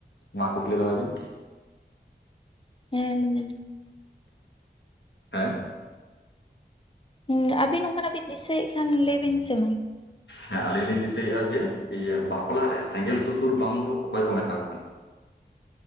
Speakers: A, on the left; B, on the left.
A: ᱢᱟ ᱠᱩᱠᱞᱤ ᱫᱚᱦᱚᱭ ᱵᱤᱱ
B: ᱦᱮᱸ ᱞᱟᱭ ᱫᱟᱞᱤᱧ
A: ᱦᱮᱸ
B: ᱦᱮᱸ ᱟᱵᱤᱱ ᱚᱱᱠᱟᱱᱟᱜ ᱵᱤᱱ ᱫᱤᱥᱟᱹᱭ ᱮᱫ ᱠᱷᱟᱱ ᱞᱟᱹᱭ ᱵᱤᱱ ᱥᱮ ᱢᱟ
A: ᱦᱮᱸ ᱟᱹᱞᱤᱧ ᱞᱤᱧ ᱫᱤᱥᱟᱹᱭᱮᱫᱼᱟ ᱡᱮ ᱤᱭᱟᱹ ᱵᱟᱯᱞᱟ ᱨᱮ ᱥᱮᱸᱜᱮᱞ ᱥᱩᱥᱩᱨ ᱵᱟᱱ ᱫᱚ ᱚᱠᱚᱭ ᱠᱚ ᱢᱮᱛᱟᱣ ᱠᱚ ᱠᱟᱱᱟ